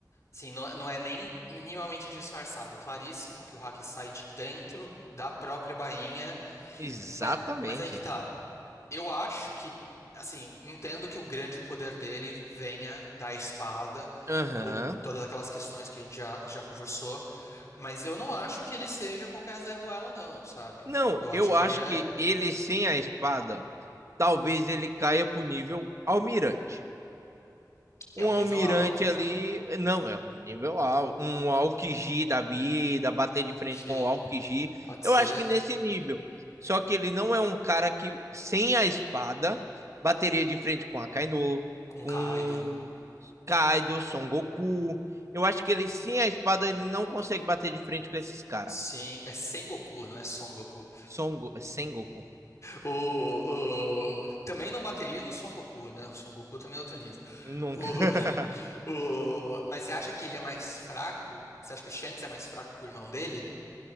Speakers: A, on the left; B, on the right.
A: Assim, não, não é nem minimamente disfarçado. É claríssimo que o hack sai de dentro da própria bainha.
B: Exatamente.
A: Mas, mas aí que tá. Eu acho que, assim, entendo que o grande poder dele venha da espada,
B: Aham.
A: por, por todas aquelas questões que a gente já, já conversou. Mas eu não acho que ele seja qualquer Zé Ruela, não, sabe?
B: Não,
A: Eu acho
B: eu
A: que
B: acho
A: ele é,
B: que ele sem a espada, talvez ele caia pro nível almirante.
A: que
B: um
A: é um
B: almirante
A: nível alto
B: ali,
A: já.
B: não, é um nível alto, um Alkiji da vida, bater de frente
A: Xixi,
B: com o Alkiji,
A: pode
B: eu
A: ser
B: acho que nesse nível. Só que ele não é um cara que, sem a espada, bateria de frente com a Kaino,
A: com
B: com
A: Kaido.
B: Kaido, Son Goku. Eu acho que ele, sem a espada, ele não consegue bater de frente com esses caras.
A: Sim, é Sengoku, não é Son Goku.
B: Son Go... Sem Goku.
A: O, o- Também não bateria no Son Goku, né? O Son Goku também é outro nível.
B: Nunca.
A: O,
B: <laughs>
A: <laughs> o... Mas você acha que ele é mais fraco? Você acha que o Shanks é mais fraco que o irmão dele?